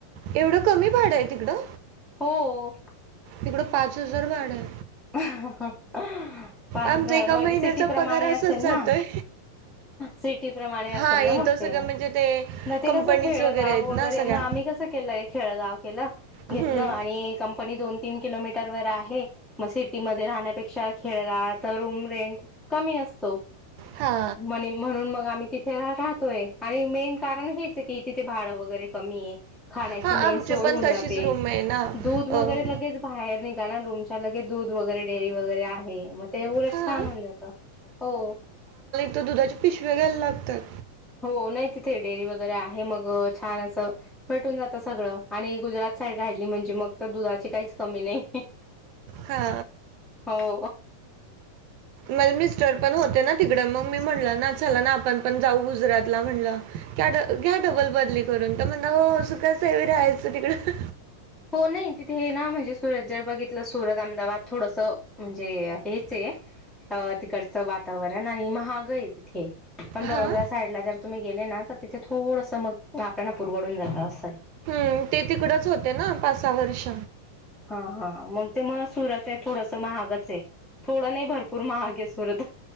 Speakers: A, on the right (about 80°); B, in the centre.
A: एवढं कमी भाड आहे तिकडं?
B: हो
A: तिकडं पाच हजार भाड आहे.
B: पाच
A: आमचा
B: हजार
A: एका
B: मग
A: महिन्याचा
B: सिटी प्रमाणे
A: पगार असंच
B: असेल
A: जातोय
B: ना. सिटी प्रमाणे असेल
A: हा इथं
B: ना मग ते
A: सगळं म्हणजे ते
B: ते
A: कंपनीज
B: कस खेडगाव
A: आहेत
B: वगैरे
A: ना सगळ्या
B: मग आम्ही कस केलं खेळगाव केलं घेतलं
A: हम्म.
B: आणि कंपनी दोन तीन किलोमीटरवर आहे. मग सिटीमध्ये राहण्यापेक्षा खेळगावात तर रूम रेंट कमी असतो.
A: हा
B: म्हणी म्हणून मग आम्ही तिथे राहतोय आणि मेन कारण हेच आहे की तिथे भाडं वगैरे कमीये. खाण्याची
A: हा
B: मेन
A: आमचे
B: सोय
A: पण
B: होऊन
A: तशीच
B: जाते.
A: रूम आहे ना
B: दूध वगैरे
A: अं,
B: लगेच बाहेर नि रूमच्या लगे दूध वगैरे डेअरी वगैरे आहे मग ते उलट
A: हा
B: छान होऊन जातं. हो.
A: तर दुधाची पिशव्या घ्यायला लागतात.
B: हो नाही डेअरी वगैरे आहे मग छान असं भेटून जातं सगळं आणि गुजरात साईड राहिली म्हणजे मग फक्त दुधाची काहीच कमी नाही.
A: हा
B: हो.
A: मल मिस्टर पण होते ना तिकडे मग मी म्हणलं, ना चला ना आपण पण जाऊ गुजरातला म्हणलं. घ्या ड घ्या डबल बदली करून तर म्हन हो सुखाचय व्हय राहायचं तिकडं.
B: होनइ तिथे हे ना म्हंजे सुरत जर बघितलं सुरत, अहमदाबाद थोडसं म्हंजे हेचए‌. अ तिकडचं वातावरण आणि महागय इ थे. पण
A: हा
B: बडोदा साईडला जर तुम्ही गेले ना तर तिथे थोडसं मग आपल्याना पुरवडून जातं असांय.
A: हं ते तिकडच होते ना पाचसहा वर्ष.
B: हा हा मग ते म सुरतय थोडसं महागचे थोडं नाही भरपूर महागे सुरत.